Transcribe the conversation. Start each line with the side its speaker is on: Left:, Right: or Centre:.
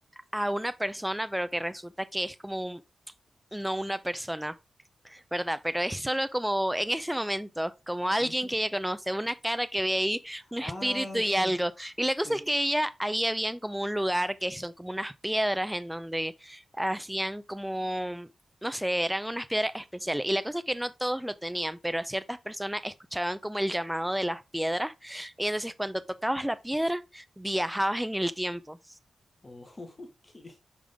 Centre: a una persona, pero que resulta que es como un- no una persona. ¿verdad? Pero es solo como en ese momento, como alguien
Left: Ujú.
Centre: que ella conoce, una cara que ve ahí, un
Left: Ah,
Centre: espíritu y
Left: sí,
Centre: algo. Y la cosa
Left: sí.
Centre: es que ella, ahí habían como un lugar que son como unas piedras en donde hacían como... No sé, eran unas piedras especiales. Y la cosa es que no todos lo tenían, pero a ciertas personas escuchaban como el llamado de las piedras. Y entonces cuando tocabas la piedra, viajabas en el tiempo.
Left: Oh, <laughs> qué,